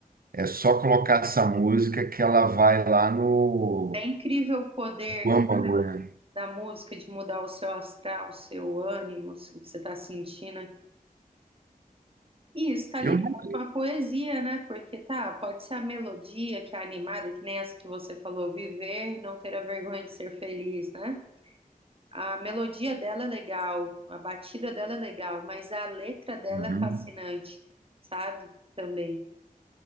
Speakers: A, on the right; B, on the right.
A: é só colocar essa música que ela vai lá no
B: É incrível o poder
A: no
B: não,
A: âmago, né?
B: da música de mudar o seu astral, o seu ânimo, o que você está sentindo. E isso está
A: Eu
B: ligado
A: nunca.
B: com a poesia, né? Porque tá, pode ser a melodia que é animada, que nem essa que você falou, viver e não ter a vergonha de ser feliz, né? A melodia dela é legal, a batida dela é legal, mas a letra dela
A: Uhum.
B: é fascinante, sabe? Também.